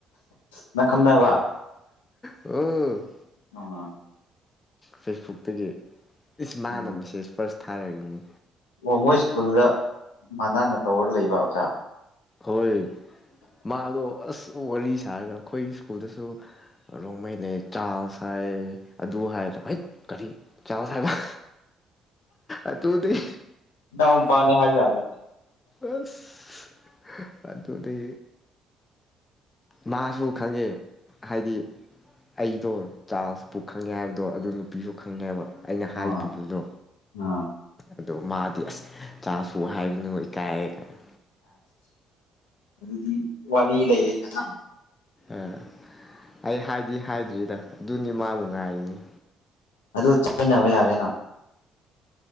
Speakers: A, on the left; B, on the left.
A: ꯅꯪ ꯀꯟꯅꯕ
B: ꯎꯝ
A: ꯑ
B: ꯐꯦꯁꯕꯨꯛꯛꯇꯒꯤ ꯏꯁ ꯃꯥꯅꯁꯤꯦꯁ
A: ꯎꯝ
B: ꯏꯁ ꯄ ꯊꯥꯔꯏꯅꯤ
A: ꯑꯣ ꯃꯣꯏ ꯁ꯭ꯀꯨꯜꯗ ꯃꯅꯥꯟꯅ ꯇꯧꯔ ꯂꯩꯕ ꯑꯣꯖꯥ
B: ꯍꯣꯏ ꯃꯥꯗꯣ ꯑꯁ ꯋꯥꯔꯤ ꯁꯥꯔꯒ ꯑꯩꯈꯣꯏ ꯁ꯭ꯀꯨꯜꯗꯁꯨ ꯅꯣꯡꯃꯩꯅꯩ ꯆꯥꯔꯁ ꯍꯥꯏ ꯑꯗꯨ ꯍꯥꯏꯅ ꯍꯣꯏ ꯀꯔꯤ ꯆꯥꯔꯁ ꯍꯥꯏꯕ ꯑꯗꯨꯗꯤ
A: ꯅꯎ ꯄꯥꯅꯦ ꯍꯥꯏꯒ ꯍꯥꯏꯒꯦ
B: ꯑꯁ ꯑꯗꯨꯗꯗ ꯃꯥꯁꯨ ꯈꯪꯉꯦ ꯍꯥꯏꯗꯤ ꯑꯩꯗꯣ ꯆꯥꯛꯄ ꯈꯪꯉꯦ ꯍꯥꯏꯕꯗꯣ ꯑꯗꯨ ꯅꯨꯄꯤꯁꯨ ꯈꯪꯉꯦꯕ ꯑꯩꯅ
A: ꯑꯥ
B: ꯍꯥꯏꯈꯤꯕꯗꯣ
A: ꯑꯥ
B: ꯑꯗꯣ ꯃꯥꯗꯤ ꯑꯁ ꯆꯥꯁꯨ ꯍꯥꯏꯕꯅ ꯏꯀꯥꯏꯦ ꯀꯥꯏꯩꯅ
A: ꯑꯗꯨꯗꯤ ꯋꯥꯔꯤ ꯂꯩ ꯑ ꯅ ꯅꯪ
B: ꯑꯥ ꯑꯩ ꯍꯥꯏꯗꯤ ꯍꯥꯏꯗ꯭ꯔꯤꯗ ꯑꯗꯨꯅꯤ ꯃꯥꯕꯨ ꯉꯥꯏꯔꯤꯅꯤ
A: ꯑꯗꯨ ꯆꯥꯏꯅꯕ ꯌꯥꯔꯦꯅ